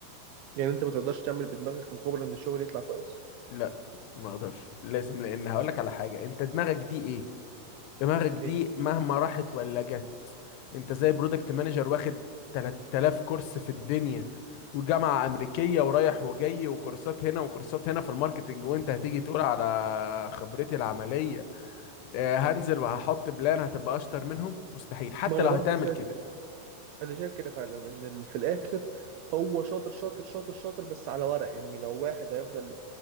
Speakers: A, on the right; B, on the left.
A: يعني انت ما تقدرش تعمل بدماغك مقابل ان الشغل يطلع كويس
B: لا ما اقدرش لازم لان هقولك على حاجة انت دماغك دي ايه دماغك دي
A: ايه
B: مهما راحت ولا جت انت زي برودكت مانجر واخد 3000 كورس في الدنيا وجامعة أمريكية ورايح وجاي وكورسات هنا وكورسات هنا في الماركتينج وانت هتيجي تقول على خبرتي العملية آه، هنزل وهحط بلان هتبقى أشطر منهم مستحيل حتى
A: ما انا
B: لو
A: برضو
B: هتعمل
A: شايف
B: كده
A: كده انا شايف كده فعلا ان ال- في الاخر هو شاطر شاطر شاطر شاطر بس على ورق يعني لو واحد هيفضل